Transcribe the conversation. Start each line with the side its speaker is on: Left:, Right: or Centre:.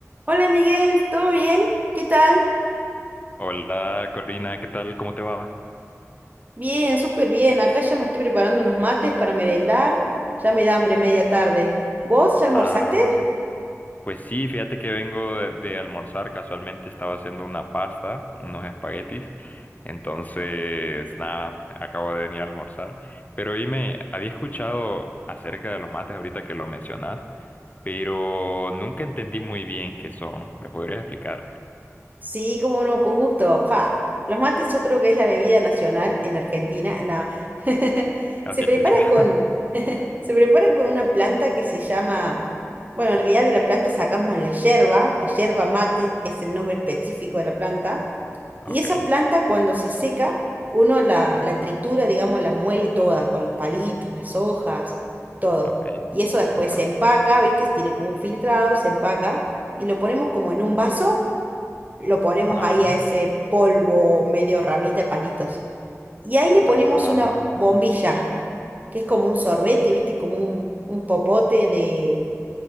Right: Hola Miguel, ¿todo bien? ¿Qué tal?
Left: Hola Corina, ¿qué tal? ¿Cómo te va?
Right: Bien, súper bien. Acá ya me estoy preparando unos mates para merendar. Ya me da hambre media tarde. ¿Vos ya almorzaste?
Left: Ah, pues sí, fíjate que vengo de, de almorzar, casualmente estaba haciendo una pasta, unos espaguetis, entonces nada, acabo de venir a almorzar, pero dime, había escuchado acerca de los mates ahorita que lo mencionas, pero nunca entendí muy bien qué son, ¿me podrías explicar?
Right: Sí, cómo no, con gusto. Fa. Los mates yo creo que es la bebida nacional en Argentina. No. <laughs>
Left: Así
Right: Se prepara
Left: escuchaba.
Right: con,
Left: <laughs>
Right: se prepara con una planta que se llama, bueno, en realidad de la planta sacamos la yerba. La yerba mate es el nombre específico de la planta.
Left: Ok,
Right: Y esa planta cuando se seca, uno la, la tritura, digamos, la muele toda, con los palitos, las hojas, todo.
Left: ok,
Right: Y eso después
Left: va.
Right: se empaca, ¿viste? Tiene como un filtrado, se empaca y lo ponemos como en un vaso, lo ponemos
Left: Ajá,
Right: ahí a ese polvo medio ramita de palitos. Y ahí le
Left: ah,
Right: ponemos una bombilla, que es como un sorbete, ¿viste? Como un, un popote de,